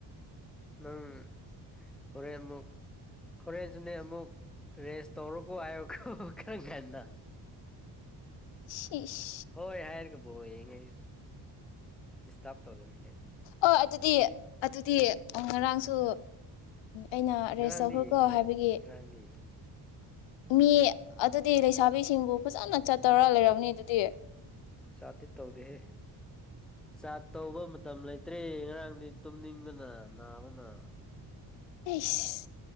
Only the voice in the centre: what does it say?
ꯎꯝ ꯍꯣꯔꯦꯟ ꯑꯃꯨꯛ ꯍꯣꯔꯦꯟꯁꯤꯅꯦ ꯑꯃꯨꯛ ꯔꯦꯁ ꯇꯔ ꯀꯣ ꯍꯥꯏꯣ ꯀ ꯪ ꯀꯅ
ꯍꯣꯏ ꯍꯥꯏꯔꯒꯦꯕꯨ ꯍꯣꯏꯡꯉꯩ ꯏꯁꯇꯥꯞ ꯇꯧꯗꯅꯤꯉ
ꯉꯔꯥꯡꯗꯤ
ꯌꯦꯡꯗꯦ
ꯉꯔꯥꯡꯗꯤ ꯌꯦꯡꯗꯦ
ꯆꯥꯠꯇꯤ ꯇꯧꯗꯦꯍꯦ ꯆꯥ ꯇꯧꯕ ꯃꯇꯝ ꯂꯩꯇ꯭ꯔꯦ ꯉꯔꯥꯡꯗꯤ ꯇꯨꯝꯅꯤꯡꯕꯅ ꯅꯥꯕꯅ